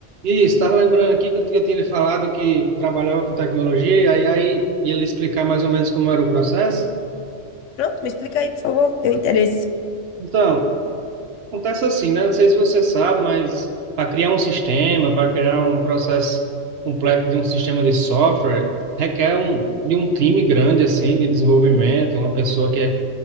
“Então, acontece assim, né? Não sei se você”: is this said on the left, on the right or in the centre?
Right